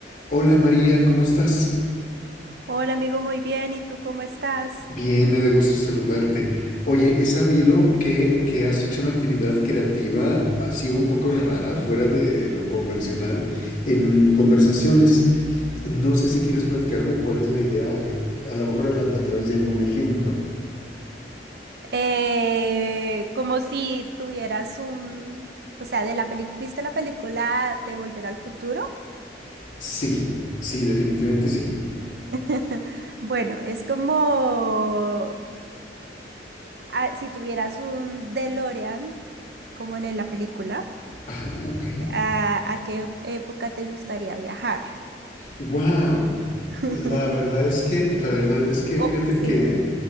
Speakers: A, on the left; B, on the right.
A: Hola María, ¿cómo estás?
B: Hola amigo, muy bien. ¿Y tú cómo estás?
A: Bien, me da gusto saludarte. Oye, he sabido que, que has hecho una actividad creativa así un poco rara, fuera de lo convencional, en conversaciones. No sé si quieres platicarme cuál es la idea, eh, a lo mejor a, la- a través de algún ejemplo.
B: Eh, como si tuvieras un, o sea, de la peli, ¿viste la película de Volver al Futuro?
A: Sí, sí, definitivamente sí.
B: <laughs> Bueno, es como ah, si tuvieras un DeLorean, como en la película,
A: Ajá, ok.
B: ¿a, a qué época te gustaría viajar?
A: Wow.
B: <laughs>
A: La verdad es que, la verdad es que,
B: Oh,
A: fíjate
B: sí.
A: que